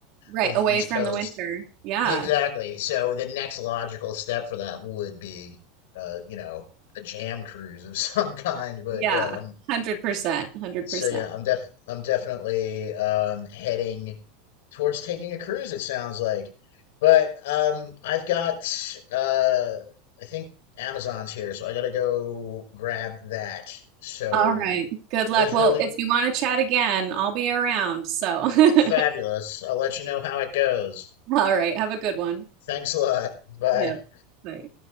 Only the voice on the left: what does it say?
of the
East
Coast.
Exactly. So the next logical step for that would be, uh, you know, a jam cruise of <laughs> some kind. But
um,
so yeah, I'm def I'm definitely um heading towards taking a cruise, it sounds like. But um, I've got, uh, I think Amazon's here, so I gotta go grab that. So
it was
really
fabulous.
I'll let you know how it goes.
Thanks a lot. Bye.